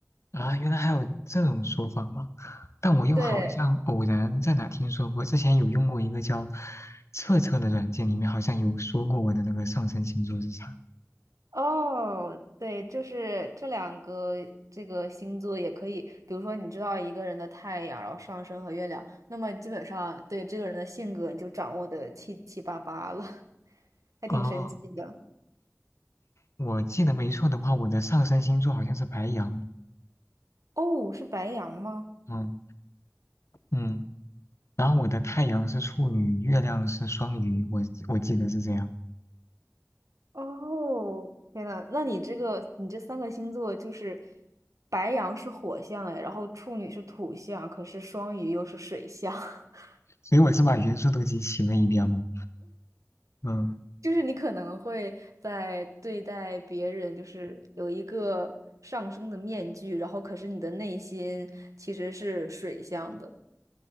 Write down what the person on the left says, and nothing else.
啊，原来还有这种说法吗？但我又好像偶然在哪听说过，
之前有用过一个叫测测的软件，里面好像有说过我的那个上升星座是啥。
哦，我记得没错的话，我的上升星座好像是白羊。
嗯嗯，然后我的太阳是处女，月亮是双鱼，我我记得是这样。
所以我是把元素都集齐了一遍吗？嗯